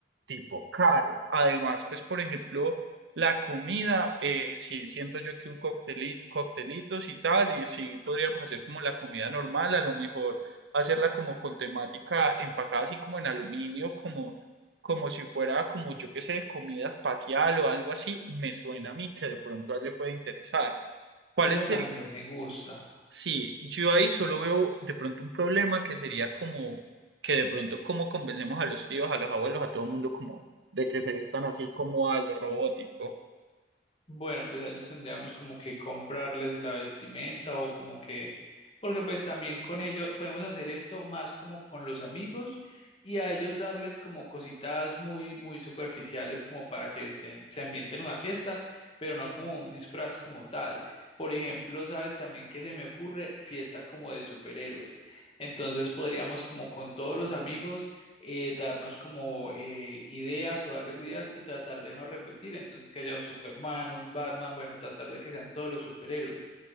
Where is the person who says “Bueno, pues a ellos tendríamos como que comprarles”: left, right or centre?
Left